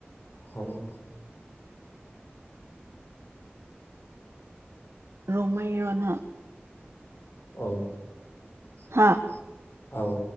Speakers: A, on the left; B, on the right.
A: ꯑꯣ
B: ꯔꯣꯡꯃꯩꯔꯣ ꯅ
A: ꯑꯧ
B: ꯍꯥꯥ
A: ꯑꯧ